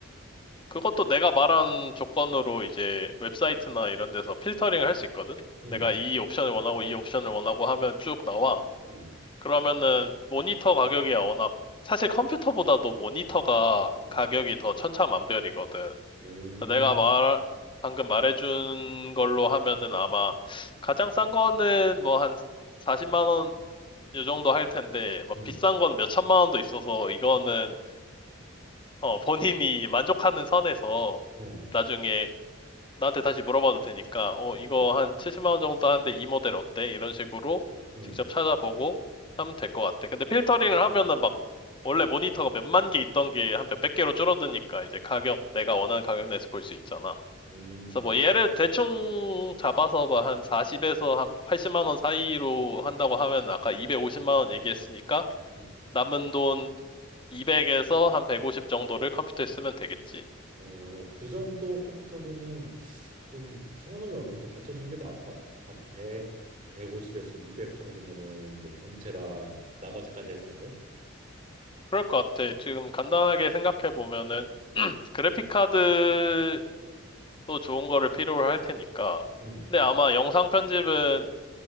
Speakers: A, on the left; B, on the right.
A: 그것도 내가 말한 조건으로 이제 웹사이트나 이런 데서 필터링을 할 수 있거든?
B: 응.
A: 내가 이 옵션을 원하고 이 옵션을 원하고 하면 쭉 나와.
B: 음,
A: 그러면은 모니터 가격이야, 워낙. 사실 컴퓨터보다도 모니터가
B: 음,
A: 가격이 더 천차만별이거든.
B: 음,
A: 내가 말, 방금 말해준 걸로 하면은 아마 가장 싼 거는 뭐 한 40만 원 요 정도 할 텐데 막
B: 음,
A: 비싼 거는 몇 천만 원도 있어서 이거는 어, 본인이 만족하는 선에서
B: 어,
A: 나중에 나한테 다시 물어봐도 되니까 어, 이거
B: 음,
A: 한 70만 원 정도 하는데 이 모델 어때? 이런 식으로
B: 음,
A: 직접 찾아보고 하면 될 것 같아. 근데 필터링을 하면은 막 원래 모니터가 몇만 개 있던 게 한 몇백 개로 줄어드니까 이제 가격 내가 원하는 가격 내에서 볼 수 있잖아.
B: 음,
A: 그래서 뭐 얘를 대충 잡아서 뭐 한 40에서 한 80만 원 사이로 한다고 하면 아까 250만 원 얘기했으니까
B: 음.
A: 남은 돈 200에서 한 150 정도를 컴퓨터에 쓰면 되겠지.
B: 어, 그 정도 컴퓨터면은 좀 성능이 어느 정도 받쳐주는 게 나올까? 한 100, 150에서 200 정도면은 뭐 본체랑 나머지까지 했을 때?
A: 그럴 것 같아. 지금 간단하게 생각해 보면은 그래픽 카드도 좋은 거를 필요로 할 테니까.
B: 음,
A: 근데 아마 영상 편집은